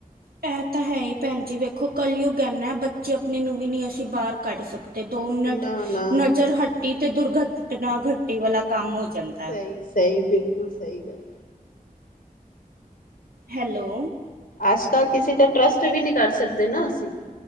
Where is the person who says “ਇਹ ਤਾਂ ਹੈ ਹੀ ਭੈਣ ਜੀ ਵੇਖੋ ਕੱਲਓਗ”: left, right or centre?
Right